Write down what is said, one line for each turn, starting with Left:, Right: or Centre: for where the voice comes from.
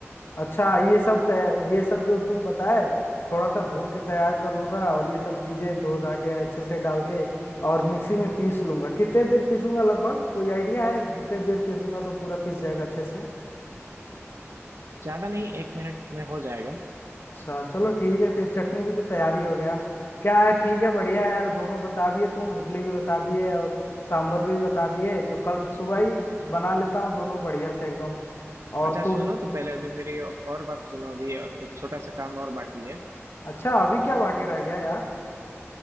Left: अच्छा ये सब तै- ये सब जो तुम बताए थोड़ा सा भून के तैयार कर लूंगा और ये सब चीजें धो धा के अच्छे से डाल के और मिक्सी में पीस लूंगा कितने देर पीसूंगा लगभग कोई आइडिया है कि कितने देर पीसूंगा तो पूरा पीस जाएगा अच्छे से
Right: ज्यादा नहीं एक मिनट में हो जाएगा
Left: अच्छा चलो ठीक है फिर चटनी भी तो तैयारी हो गया क्या है ठीक है बढ़िया है यार दोनों बता दिए तुम इडली भी बता दिए और सांभर भी बता दिए तो कल सुबह ही बना लेता हूँ दोनों बढ़िया से एकदम और
Right: अच्छा
Left: तो
Right: सुनो तो पहले अभी मेरी और बात सुनो अभी एक छोटा सा काम और बाकी है
Left: अच्छा अभी क्या बाकी रह गया यार